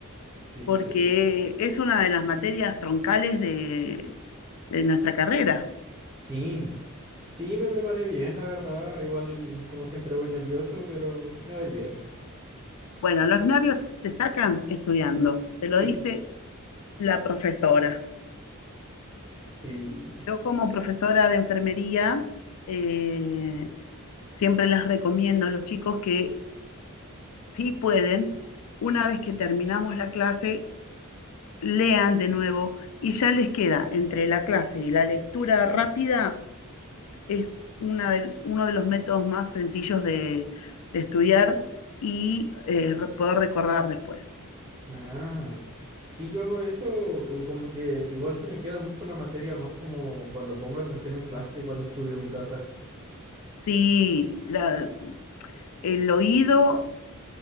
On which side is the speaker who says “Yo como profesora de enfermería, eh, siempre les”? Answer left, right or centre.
Left